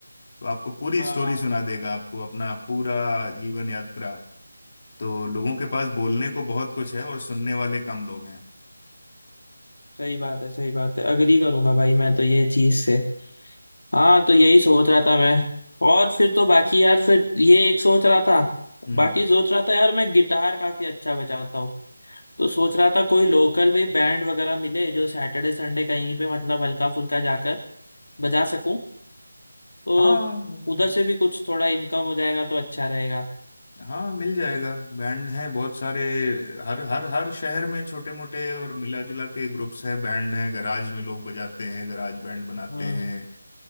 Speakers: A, on the left; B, on the left.
A: तो आपको पूरी
B: हाँ
A: स्टोरी
B: हाँ
A: सुना देगा आपको अपना पूरा जीवन यात्रा तो लोगों के पास बोलने को बहुत कुछ है और सुनने वाले कम लोग हैं
B: सही बात है सही बात है अग्री करूंगा भाई मैं तो ये चीज से हाँ तो यही सोच रहा था मैं और फिर तो बाकी यार फिर ये एक सोच रहा था
A: हम्म
B: बाकी सोच रहा था यार मैं गिटार काफी अच्छा बजाता हूँ तो सोच रहा था कोई लोकल भी बैंड वगैरह मिले जो सैटरडे संडे कहीं पे मतलब हल्का फुल्का जाकर बजा सकूं तो
A: हाँ मिल
B: उधर
A: जाएगा
B: से भी कुछ थोड़ा इनकम हो जाएगा तो अच्छा रहेगा
A: हाँ मिल जाएगा बैंड हैं बहुत सारे हर हर हर शहर में छोटे मोटे और मिला जुला के ग्रुप्स हैं बैंड हैं गराज में लोग बजाते हैं गराज बैंड बनाते
B: हम्म
A: हैं